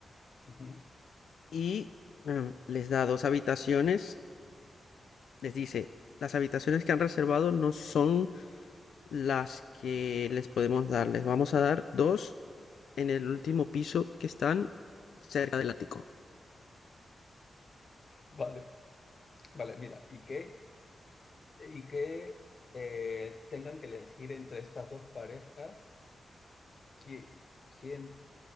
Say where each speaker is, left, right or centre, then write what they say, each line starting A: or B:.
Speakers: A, on the left; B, on the left.
A: ujú.
B: y em, les da dos habitaciones. Les dice, las habitaciones que han reservado no son las que les podemos dar. Les vamos a dar dos en el último piso que están cerca del ático.
A: Vale, vale, mira, y que, y que eh, tengan que elegir entre estas dos parejas qui- quién,